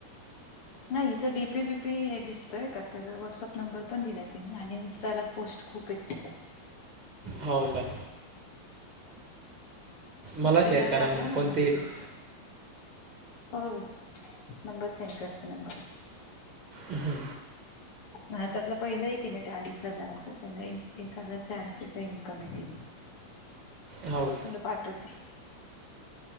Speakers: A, on the left; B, on the right.
A: नाही हिचं डीपी बीपी हे दिसतोय का तर व्हॉट्सअप नंबर पण दिलाय तिने आणि इनस्टाला पोस्ट खूप आहेत तिचे.
B: हो का. मला
A: मी तिला
B: शेअर करा
A: टाकला
B: ना मग कोणते
A: मेसेज
B: इथे
A: हो नंबर सेंड करते नंबर.
B: हम्म.
A: हा त्यातलं पहिलं हाय कणी ते अडीच हजाराच त्याला एक एक हजार चारशेच इन्कम आहे डेली.
B: हाव.
A: तुला पाठवते.